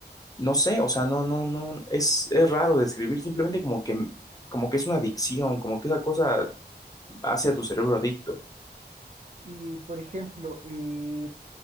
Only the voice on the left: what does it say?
no sé, o sea, no, no, no, es, es raro describir, simplemente como que, como que es una adicción, como que esa cosa hace a tu cerebro adicto.